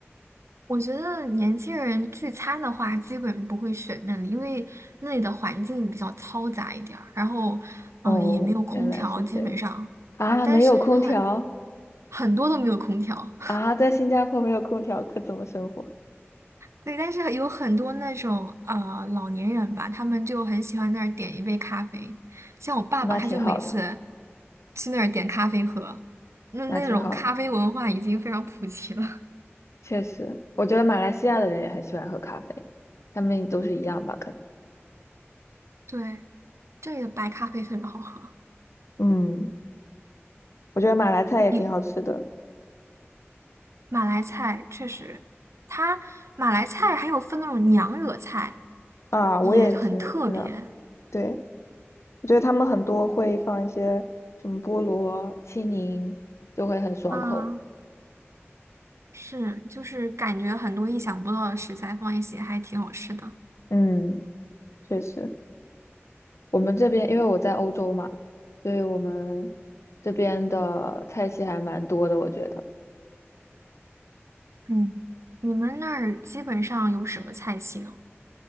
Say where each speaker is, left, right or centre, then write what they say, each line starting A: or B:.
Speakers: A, on the right (about 85°); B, on the left (about 80°).
A: 我觉得年轻人聚餐的话，基本不会选那里，因为那里的环境比较嘈杂一点儿，然后嗯、
B: 哦，
A: 呃也没有空调，
B: 原来是这样
A: 基本上，
B: 啊，
A: 但是很
B: 没有空调
A: 很多都没有空调。
B: 啊，在新加坡没有空调，可怎么生活？
A: 对，但是有很多那种呃老年人吧，他们就很喜欢那儿点一杯咖啡。像我爸爸，
B: 那挺好的，
A: 他就每次去那儿点咖啡喝，那那种咖啡文化已经非常普及了。
B: 那挺好的，确实，我觉得马来西亚的人也很喜欢喝咖啡，他们都是一样吧？可
A: <laughs> 对，这里的白咖啡特别好喝。
B: 能嗯，我觉得马来菜也挺好吃的
A: 你马来菜确实，它马来菜还有分那种娘惹菜，
B: 啊，
A: 也很特别
B: 我也是知道。对，我觉得他们很多会放一些什么菠萝，青柠就会很爽口。
A: 啊。是，就是感觉很多意想不到的食材放一起，还挺好吃的。
B: 嗯，确实，我们这边因为我在欧洲嘛，所以我们这边的菜系还蛮多的，我觉得。
A: 嗯，你们那儿基本上有什么菜系呢？